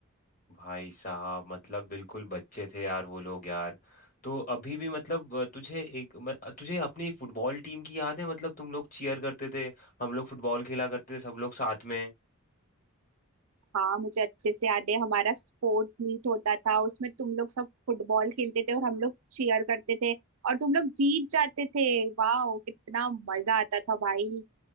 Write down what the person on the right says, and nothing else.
हाँ मुझे अच्छे से याद है हमारा स्पोर्ट मीट होता था उसमें तुम लोग सब फुटबॉल खेलते थे और हम लोग चीयर करते थे और तुम लोग जीत जाते थे वाह कितना मजा आता था भाई